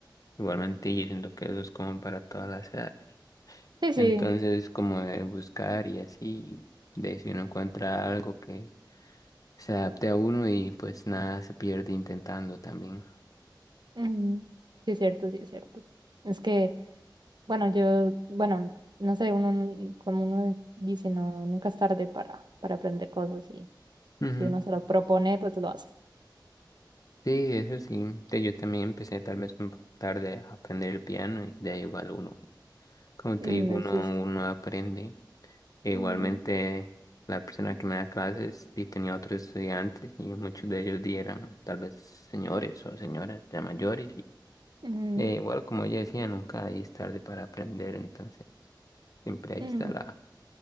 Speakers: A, on the left; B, on the right.
A: igualmente yo siento que eso es como para todas las edades.
B: Sí, sí,
A: Entonces, como de buscar y así, de si uno encuentra algo que se adapte a uno y pues nada se pierde intentando también.
B: ujú, Sí es cierto, sí es cierto. Es que, bueno, yo, bueno, no sé, uno, n- como uno dice, no, nunca es tarde para, para aprender cosas y
A: Ujú.
B: si uno se lo propone, pues lo hace.
A: Sí, eso sí. Te- Yo también empecé tal vez un poco tarde a aprender el piano y de ahí igual uno, como
B: Ujú,
A: te digo,
B: Lo
A: uno,
B: hiciste.
A: uno aprende. E igualmente
B: Ujú,
A: la persona que me da clases y tenía otros estudiantes y muchos de ellos di eran tal vez señores o señoras ya mayores y
B: ujú,
A: e igual como ella decía, nunca ahí es tarde para aprender, entonces siempre ahí
B: ujú.
A: está la